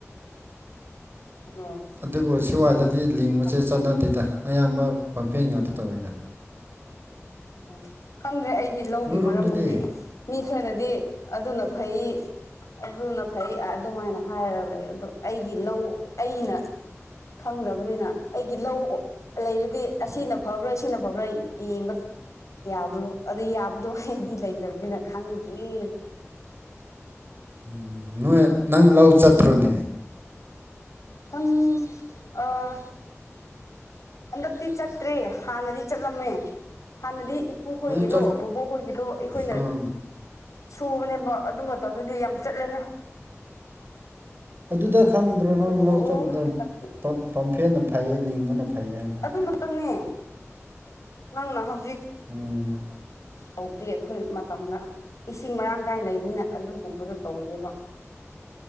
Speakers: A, on the left (about 85°); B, on the right (about 45°).
A: ꯎꯝ
B: ꯑꯗꯨꯕꯨ ꯁꯋꯥꯏꯗꯗꯤ ꯂꯤꯡꯕꯁꯦ
A: ꯈꯪꯗ꯭ꯔꯦ
B: ꯆꯠꯅꯗꯦꯗ ꯑꯌꯥꯝꯕ ꯄꯝꯐꯦꯟ ꯉꯥꯛꯇ ꯇꯧꯋꯤꯗ
A: ꯎꯝ ꯈꯪꯗ꯭ꯔꯦ ꯑꯩꯗꯤ ꯂꯧꯒꯤ
B: ꯅꯣꯏꯔꯣꯝꯗꯗꯤ
A: ꯃꯔꯝꯗꯗꯤ ꯃꯤ ꯈꯔꯅꯗꯤ ꯑꯗꯨꯅ ꯐꯩ ꯑꯗꯨꯅ ꯐꯩ ꯑꯗꯨꯃꯥꯏꯅ ꯍꯥꯏꯔꯒ ꯂꯩ ꯑꯗꯨ ꯑꯩꯒꯤ ꯂꯧ ꯑꯩꯅ ꯈꯪꯗꯔꯕꯅꯤꯅ ꯑꯩꯒꯤ ꯂꯧ ꯂꯩꯔꯗꯤ ꯑꯁꯤꯅ ꯐꯕ꯭ꯔꯥ ꯁꯤꯅ ꯐꯕ꯭ꯔꯥ ꯌꯦꯡꯕ ꯌꯥꯕꯅꯣ ꯑꯗꯣ ꯌꯥꯕꯗꯣ ꯑꯩꯗꯤ ꯂꯩꯇꯕꯅꯤꯅ ꯈꯪꯗ꯭ꯔꯤ
B: ꯎꯝ ꯅꯣꯏ ꯅꯪ ꯂꯧ ꯆꯠꯇ꯭ꯔꯣꯅꯦ
A: ꯍꯝ ꯑꯥ ꯍꯟꯗꯛꯇꯤ ꯆꯠꯇ꯭ꯔꯦ ꯍꯥꯟꯅꯗꯤ ꯆꯠꯂꯝꯃꯦ ꯍꯥꯟꯅꯗꯤ ꯏꯄꯨꯈꯣꯏꯒꯤꯗꯣ
B: ꯑꯗꯨ ꯆꯠ
A: ꯕꯣꯕꯣꯛ ꯈꯣꯏꯒꯤꯗꯣ ꯑꯩꯈꯣꯏꯅ
B: ꯑꯥ
A: ꯁꯨꯕꯅꯦꯕ ꯑꯗꯨ ꯃꯇꯝꯗꯨꯗꯤ ꯌꯥꯝ ꯆꯠꯂꯦꯍꯦ
B: ꯑꯗꯨꯗ ꯈꯪꯗ꯭ꯔꯣ
A: ꯑꯗꯨꯕꯨ
B: ꯅꯪ ꯂꯧꯆꯕꯗ
A: ꯍꯟꯗꯛꯇꯤ
B: ꯄꯝꯐꯦꯟꯅ ꯐꯩꯌꯦ ꯂꯤꯡꯕꯅ ꯐꯩꯌꯦ ꯍꯥꯏꯕꯗꯨ
A: ꯑꯃꯇꯪꯅꯦ ꯅꯪꯅ ꯍꯧꯖꯤꯛ
B: ꯎꯝ
A: ꯇꯧꯗꯦ ꯑꯩꯈꯣꯏ ꯃꯇꯝꯅ ꯏꯁꯤꯡ ꯃꯔꯥꯡ ꯀꯥꯏꯅ ꯂꯩꯕꯅꯤꯅ ꯑꯗꯨꯒꯨꯝꯕꯗꯣ ꯇꯧꯗꯦꯕ